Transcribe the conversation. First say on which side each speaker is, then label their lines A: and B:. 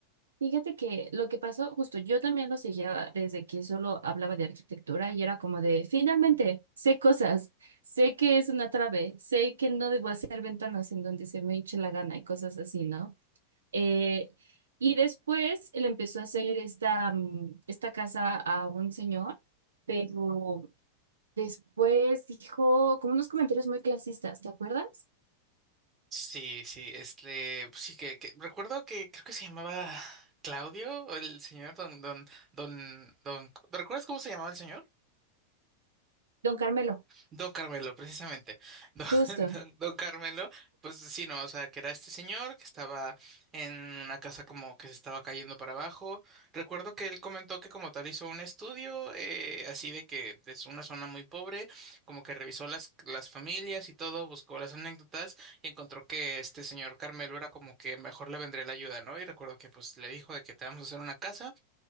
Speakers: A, on the right (about 70°); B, on the right (about 25°).
A: Fíjate que lo que pasó, justo yo también lo seguía desde que solo hablaba de arquitectura y era como de, finalmente, sé cosas, sé que es una trave, sé que no debo hacer ventanas en donde se me hinche la gana y cosas así, ¿no? Eh, y después él empezó a hacer esta, mm, esta casa a un señor, pero después dijo como unos comentarios muy clasistas, ¿te acuerdas?
B: Sí, sí, este, pues sí que, que- recuerdo que creo que se llamaba Claudio, el señor don, don, don, don, ¿recuerdas cómo se llamaba el señor?
A: Don Carmelo,
B: Don Carmelo, precisamente. Don, <laughs>
A: justo.
B: don- don Carmelo, pues sí, no, o sea, que era este señor que estaba en una casa como que se estaba cayendo para abajo. Recuerdo que él comentó que como tal hizo un estudio, eh, así de que es una zona muy pobre, como que revisó las, las familias y todo, buscó las anécdotas y encontró que este señor Carmelo era como que mejor le vendría la ayuda, ¿no? Y recuerdo que pues le dijo de que te vamos a hacer una casa.